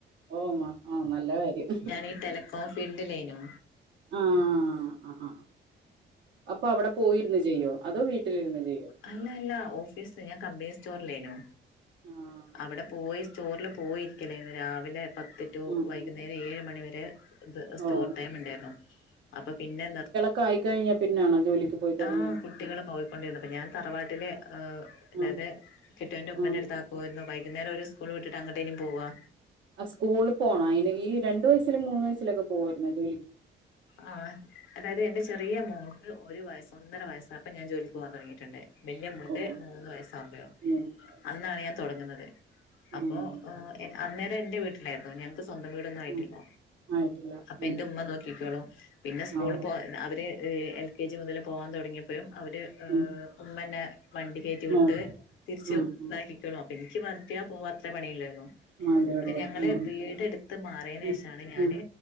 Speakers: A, on the right; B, on the left.
A: ഓഹ് മാ ആഹ് നല്ല കാര്യം
B: ഞാൻ ഈ ടെലകോം ഫീൽഡിലേനു
A: ആഹ് ആഹ് അപ്പൊ അവിടെ പോയി ഇത് ചെയ്യോ അതോ വീട്ടില് ഇരുന്ന് ചെയ്യോ
B: അല്ല അല്ല ഓഫീസ് ഞാൻ കമ്പനി സ്റ്റോറിലേനു
A: ആഹ്
B: അവിടെ പോയി സ്റ്റോറില് പോയിരിക്കല്ലേന്ന് രാവിലെ പത്ത് ടു
A: ഉം
B: വൈകുന്നേരം
A: ഉം
B: ഏഴ് മണിവരെ ഇത് സ്റ്റോർ
A: ഓഹ്
B: ടൈം ഇണ്ടാർന്നു അപ്പൊ പിന്നെ നിർ
A: ക്കായി കഴിഞ്ഞേ പിന്നാണോ ജോലിക്ക് പോയി തുടങ്ങിയ
B: ആഹ് കുട്ടികള് പോയിക്കൊണ്ടിരുന്നപ്പൊ ഞാൻ തറവാട്ടില് ഏഹ് അതായത്
A: ആ
B: കെട്ടിയോന്റെ ഉമ്മെന്റെ
A: ആ
B: അടുത്താർ പോയിരുന്നു വൈകുന്നേരം അവര് സ്കൂൾ വിട്ടിട്ട് അങ്ങട്ടന്നേ പോവ്വാ
A: ആ സ്കൂളിൽ പോണം അയിന് ഈ രണ്ടു വയസ്സില് മൂന്ന് വയസ്സിലൊക്കെ പോവുമായിരുന്ന് ജോലിക്ക്
B: ആഹ് അതായത് എന്റെ ചെറിയ മോൾക്ക് ഒരു വയസ് ഒന്നര വയസ്സായപ്പം ഞാൻ ജോലിക്ക് പോകാൻ തുടങ്ങിട്ടിണ്ട് വല്യ മോൾക്ക്
A: ഓ
B: മൂന്ന് വയസ് ആകുമ്പോഴും
A: മൂന്ന് വയസ്സ്
B: അന്നാണ് ഞാൻ തൊടങ്ങുന്നത് അപ്പോ
A: ഉം
B: ആ എ അന്നേരം എന്റെ വീട്ടിലായിരുന്നു ഞങ്ങക്ക് സ്വന്തം വീടൊന്നും ആയിട്ടില്ല
A: ഉം ആയിട്ടില്ല
B: അപ്പൊ
A: ഉം
B: എന്റെ
A: ഉം
B: ഉമ്മ നോക്കിക്കോളൂം പിന്നെ സ്കൂളില്
A: ആ
B: പോവാൻ അവര് ഏ എൽ കെ ജി മുതൽ പോകാൻ തുടങ്ങിയപ്പോഴും അവര് ഏഹ്
A: ഉം
B: ഉമ്മന്നെ വണ്ടി കേറ്റി വിട്ട്
A: നോക്കും
B: തിരിച്ച്
A: ഉം ഉം
B: ഇതാക്കിക്കൊളും എനിക്ക് <unintelligible> പോവാ അത്രേ പണിയിള്ളാർന്നു
A: മതിയുള്ളൂ
B: പിന്നെ ഞങ്ങള്
A: ഉം
B: വീടെടുത്ത് മാറിയേനേഷാണ്
A: ഉം
B: ഞാന്
A: ഉം